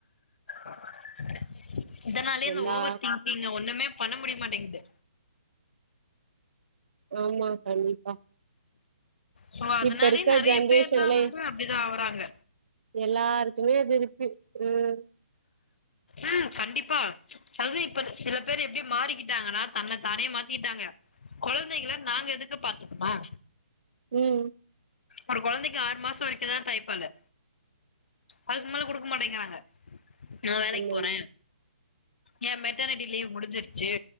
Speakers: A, on the left (about 65°); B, on the right (about 60°).
A: ஆ <unintelligible> இதனாலயே
B: எல்லா
A: இந்த ஓவர் திங்கிங்க ஒண்ணுமேப் பண்ண முடியமாட்டேங்குது
B: ஆமா கண்டிப்பா
A: சோ அதனால்யே
B: இப்ப இருக்க
A: நறைய
B: ஜென்ரேஷன்ல
A: பேர்லா வந்து அப்டிதா ஆவுறாங்க
B: எல்லாரு தொறைய பேபிக்கு உம்
A: ம் கண்டிப்பா அது இப்ப சில பேரு எப்டி மாறிக்கிட்டாங்கன்னா தன்ன தானே மாத்திக்கிட்டாங்க குழந்தைகள நாங்க எதுக்கு பாத்துக்கனு
B: ம்
A: ஒரு குழந்தைக்கு ஆறு மாசோ வரைக்கும்தா தாய்ப்பாலு அதுக்குமேல குடுக்க மாட்டேங்குறாங்க நா வேலைக்
B: ஆமா
A: போற ஏ மெட்டர்னிட்டி லீவ் முடிஞ்சிருச்சி